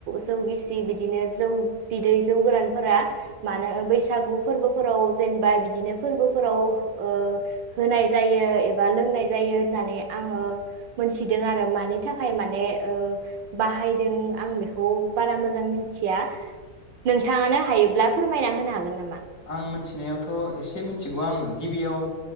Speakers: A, on the right; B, on the left.
A: जौ गिसि बिदिनो जौ बिदै जौ गोरानफोरा मानो बैसागु फोरबोफोराव जेनेबा बिदिनो फोरबोफोराव ओ होनाय जायो एबा लोंनाय जायो होननानै आङो मोनथिदों आरो मानि थाखाय माने ओ बाहायदों आं बेखौ बारा मोजां मिथिया। नोंथाङानो हायोब्ला फोरमायना होनो हागोन नामा?
B: आं मोनथिनायावथ' एसे मिथिगौ आङो गिबियाव